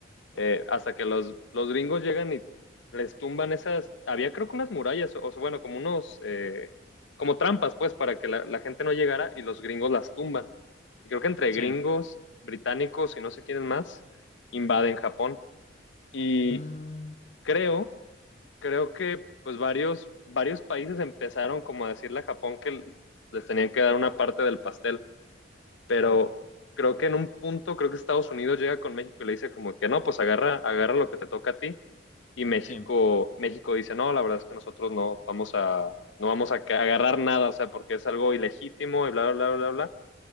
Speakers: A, on the left; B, on the left.
A: eh, hasta que los, los gringos llegan y les tumban esas, había creo que unas murallas, o, sea, bueno, como unos, eh, como trampas, pues, para que la, la gente no llegara y los gringos las tumban. Y creo que entre
B: sí.
A: gringos, británicos y no sé quiénes más, invaden Japón. Y
B: Mm,
A: creo, creo que pues varios, varios países empezaron como a decirle a Japón que les tenían que dar una parte del pastel pero
B: claro,
A: creo que en un punto, creo que Estados Unidos llega con México y le dice como que no, pues agarra, agarra lo que te toca a ti. Y México,
B: sí,
A: México dice, no, la verdad es que nosotros no vamos a, no vamos a ca- agarrar nada, o sea, porque es algo ilegítimo y bla, bla, bla, bla, bla.